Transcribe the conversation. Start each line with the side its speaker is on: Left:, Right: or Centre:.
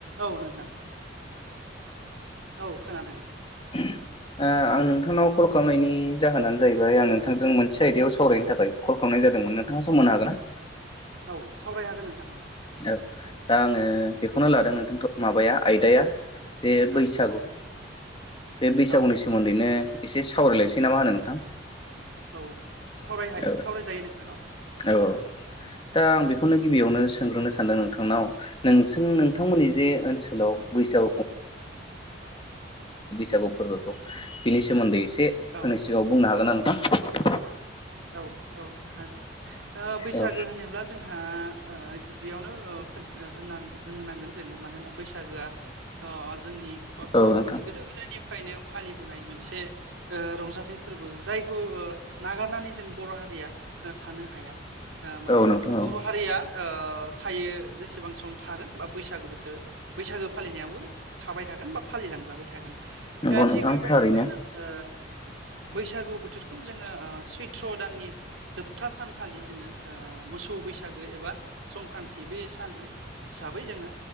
Right: औ नोंथां औ खोनादों
Left: ओहम ओ आं नोंथांनाव कल खालामनायनि जाहोनानो जाहैबाय आं नोंथांजों मोनसे आयदायाव सावरायनो थाखाय कल खालामनाय जादोंमोन नोंथाङा सम होनो हागोन ना
Right: औ सावराय हागोन नोंथां औ
Left: औ दा आङो बेखौनो लादों नोंथांथ' माबाया आयदाया जे
Right: औ
Left: बैसागु बे बैसागुनि
Right: औ
Left: सोमोनदैनो एसे सावरायलायसै नामा होनो नोंथां
Right: औ सावरायहाय
Left: औ
Right: सावरायजायो नोंथां औ
Left: औ दा आं बेखौनो गिबियावनो सोंग्रोनो सानदों नोंथांनाव नोंसों
Right: औ
Left: नोंथांमोननि जे ओनसोलाव बैसागु बैसागु फोरबोखौ बिनि सोमोन्दै एसे
Right: औ
Left: आंनि सिगाङाव बुंनो हागोन ना नोंथां
Right: औ औ हागोन ओ बैसागो
Left: औ
Right: होनोब्ला जोंहा ओ बेयावनो होननो नांगोन जोङो मानोना बैसागोआ अ जोंनि बा बर'फोरनि
Left: औ नोंथां
Right: गोदो गोदाय नेम निफ्रायनो फालिबोनाय मोनसे ओ रंजाथाइ फोरबो जायखौ नागारनानै जों बर' हारिया ना थानो हाया ओ माने
Left: औ नोंथां
Right: बर'
Left: औ
Right: हारिया ओ थायो जेसे बेसेबां सम थागोन बा बैसागो बोथोर बैसागो फालिनायावबो थाबाय थागोन बा फालिलांजाबाय थागोन
Left: नंगौ
Right: दा
Left: नोंथां
Right: थिग बेबायदिनो
Left: थारैनो
Right: ओ बैसागु बोथोरखौ जोङो ओ सुइट थ्र' दाननि जोबथा सानखालि जोङो ओ मोसौ बैसागो एबा संक्रान्ति बे सान हिसाबै जोङो